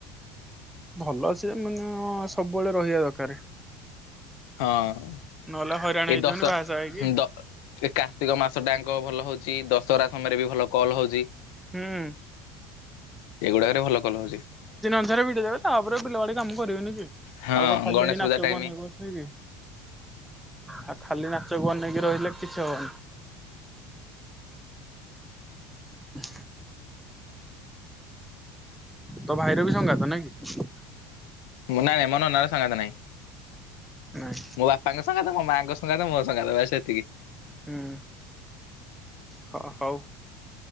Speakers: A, in the centre; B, on the left (about 65°).
A: ଭଲ ସେ ମାନେ ସବୁବେଳେ ରହିବା ଦରକାର।
B: ହଁ।
A: ନହେଲେ ହଇରାଣ
B: ଏଇ
A: ହେଇଯିବନି
B: ଦଶ
A: ବାହାସାହା ହେଇକି।
B: ଦ ଏ କାର୍ତ୍ତିକ ମାସ ଟାଙ୍କ ଭଲ ହଉଛି ଦଶହରା ସମୟରେ ବି ଭଲ କଲ୍ ହଉଛି।
A: ହୁଁ
B: ଏଗୁଡାକରେ ଭଲ କଲ ହଉଛି।
A: ସାରେ ଭିଡ଼ିଓ ଦେବେ। ତାପରେ ବିଲ ବାଡି କାମ କରିବେନି କି।
B: ହଁ
A: ଆଉ କଣ ଫାଲି
B: ଗଣେଶ
A: ହେଇ ନାଚକୁ
B: ପୂଜା ଟାଇମ
A: ଅନେଇକି ବସିବେ। ଆଉ ଖାଲି ନାଚକୁ ଅନେଇକି ରହିଲେ କିଛି ହବନି। ହ ତୋ ଭାଇର ବି ସଙ୍ଗାତ ନାଇ କି।
B: ନାଁ ନାଇ ମୋ ନନାର ସଙ୍ଗାତ ନାହିଁ।
A: ନାଇଁ
B: ମୋ ବାପାଙ୍କ ସଙ୍ଗାତ ମୋ ମାଆଙ୍କ ସଙ୍ଗାତ ମୋ ସଙ୍ଗାତ ଭାଇ ସେତିକି।
A: ହୁଁ ହଁ ହଉ।